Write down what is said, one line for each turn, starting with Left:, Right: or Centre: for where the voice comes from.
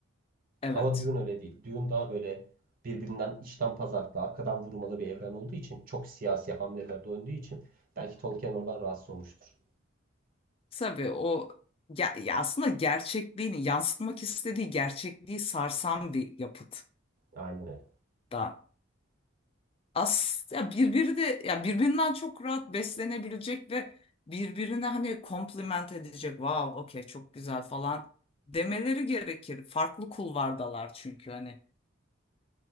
Left: evet.
Right: Ama Dune öyle değil. Dune daha böyle birbirinden içten pazarlıklı, arkadan vurmalı bir evren olduğu için çok siyasi hamlelerde döndüğü için belki Tolkien oradan rahatsız olmuştur.
Left: Tabii o ya, ya aslında gerçekliğini yansıtmak istediği gerçekliği sarsan bir yapıt
Right: Aynen öyle.
Left: da. As ya birbiri de ya birbirinden çok rahat beslenebilecek ve birbirine hani kompliment edecek. Wow, okey çok güzel falan demeleri gerekir. Farklı kulvardalar çünkü hani